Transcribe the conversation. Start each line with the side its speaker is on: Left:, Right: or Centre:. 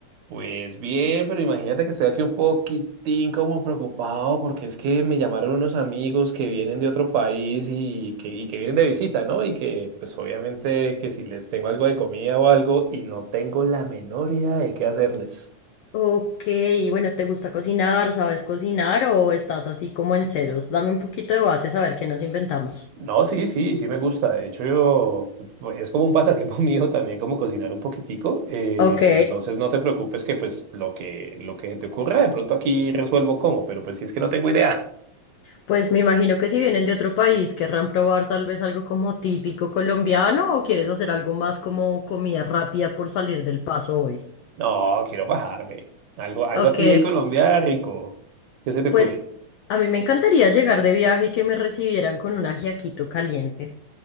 Right: Pues bien, pero imagínate que estoy aquí un poquitín como preocupado porque es que me llamaron unos amigos que vienen de otro país y que, y que vienen de visita, ¿no? Y que pues obviamente que si les tengo algo de comida o algo y no tengo la menor idea de qué hacerles.
Left: Ok, bueno, ¿te gusta cocinar? ¿Sabes cocinar o estás así como en ceros? Dame un poquito de base a ver qué nos inventamos.
Right: No, sí, sí, sí me gusta. De hecho, yo pues, es como un pasatiempo <laughs> mío también como cocinar un poquitico. eh,
Left: Ok,
Right: entonces no te preocupes que pues lo que lo que se te ocurra de pronto aquí resuelvo cómo, pero pues si es que no tengo idea.
Left: pues me imagino que si vienen de otro país querrán probar tal vez algo como típico colombiano o quieres hacer algo más como comida rápida por salir del paso hoy.
Right: No, quiero bajarme. Algo, algo
Left: Ok,
Right: así de Colombia rico. ¿Qué se te ocurre?
Left: pues a mí me encantaría llegar de viaje y que me recibieran con un ajiaquito caliente.